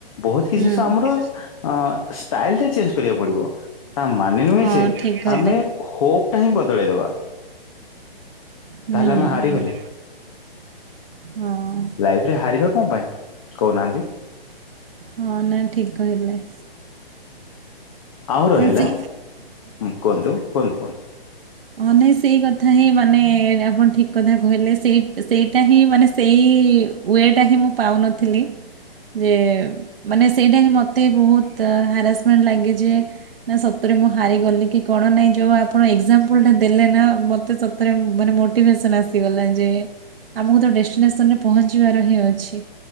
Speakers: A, on the left; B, on the right.
A: ବହୁତ କିଛି
B: ହୁଁ।
A: ଜିନିଷ ଆମର ଅ ଷ୍ଟାଇଲ ଟା ଚେଞ୍ଜ କରିବାକୁ ପଡିବ। ତା ମାନେ
B: ପଡିବ।
A: ନୁହେଁ
B: ହଁ
A: ଯେ
B: ଠିକ୍ କହିଲେ
A: ଆମେ ହୋପ ଟା ହିଁ ବଦଳେଇଦବା।
B: ହୁଁ।
A: ତାହେଲେ ଆମେ ହାରିଗଲେ।
B: ହଁ
A: ଲାଇଫ ରେ ହାରିବା କଣ ପାଇଁ କହୁନାହାନ୍ତି?
B: ହଁ ନାଇ ଠିକ୍ କହିଲେ।
A: ଆଉ ରହିଲା
B: ନା ସେ
A: ହୁଁ କୁହନ୍ତୁ କୁହନ୍ତୁ କୁହନ୍ତୁ।
B: ହଁ ନାଇଁ ସେଇ କଥା ହିଁ ମାନେ ଆପଣ ଠିକ୍ କଥା କହିଲେ ସେଇ ସେଇଟା ହିଁ ମାନେ ସେଇ ୱେଟା ହିଁ ମୁଁ ପାଉନଥିଲି। ଯେ ମାନେ ସେଇଟା ହିଁ ମୋତେ ବହୁତ ହାରାସମେଣ୍ଟ ଲାଗେ ଯେ। ନା ସତରେ ମୁଁ ହାରିଗଲି କି କଣ ନାହିଁ ଯେଉଁ ଆପଣ ଏକ୍ଜାମ ପ୍ଲେ ଦେଲେ ନା ମତେ ସତରେ ମାନେ ମୋଟିଭେସନ ଆସିଗଲା ଯେ। ଆମକୁ ତ ଡେଷ୍ଟିନେସନରେ ପହଞ୍ଚିବାର ହିଁ ଅଛି